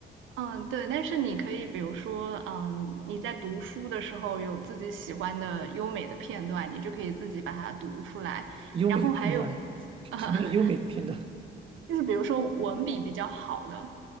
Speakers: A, on the right; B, on the right.
A: 嗯，对，但是你可以，比如说，嗯，你在读书的时候有自己喜欢的优美的片段，你就可以自己把它读出来。
B: 优美的片段，
A: 然后还有，<laughs> 啊。
B: 什么叫优美的片段？
A: 就是比如说文笔比较好的，